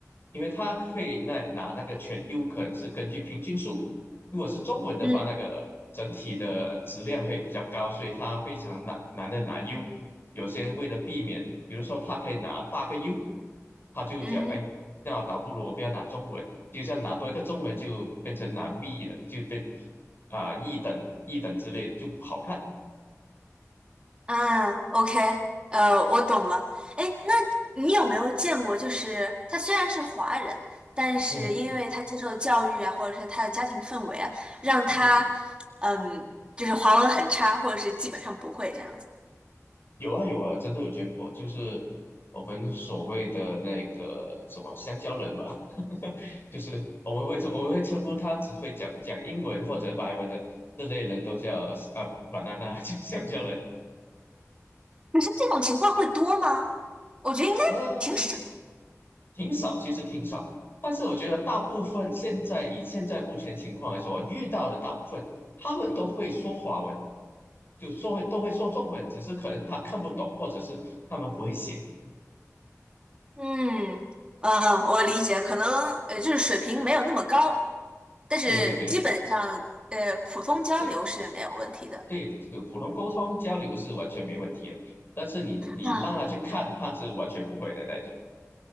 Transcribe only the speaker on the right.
嗯
嗯哼。
嗯，OK，呃，我懂了。哎，那你有没有见过，就是他虽然是华人，但是因为他接受的教育啊，
或者是他的家庭氛围啊，让他，
嗯，就是华文很差，或者是基本上不会这样子。
你说这种情况会多吗？我觉得应该挺少。
嗯，呃，我理解，可能呃，就是水平没有那么高，但是基本上呃，
普通交流是没有问题的。
那。